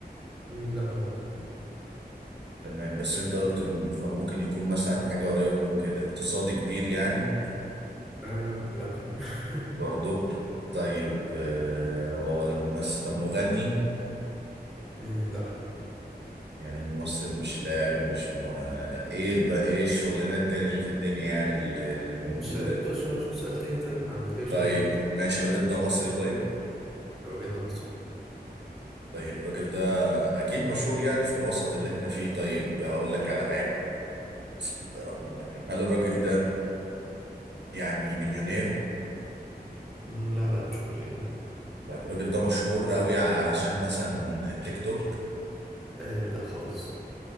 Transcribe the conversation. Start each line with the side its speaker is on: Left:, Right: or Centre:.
Centre: مم، لا برضه
Right: تمام بس انت قلت إن- فممكن يكون مثلا حاجة قريبة من كده اقتصادي كبير يعني
Centre: آم، لا <laughs>
Right: برضه طيب آه هو ولا ممثل طب مغني
Centre: مم، لا
Right: يعني ممثل مش لاعب مش م... ايه الب... ايه الشغلانات التانية اللي في الدنيا يعني اللي, اللي موجودة
Centre: مش لازم تقول سؤال شو سؤال تاني طيب عن غير شغلانات
Right: طيب ماشي الراجل ده مصري طيب
Centre: الراجل ده مصري
Right: طيب الراجل ده اكيد مشهور يعني في الوسط اللي احنا فيه طيب هقول لك على حاجه بسم الله الرحمن الرحيم هل الراجل ده يعني مليونير
Centre: مم، لا لا مش مليونير
Right: طيب الراجل ده مشهور قوي عشان مثلا تيك توك
Centre: آه لا خالص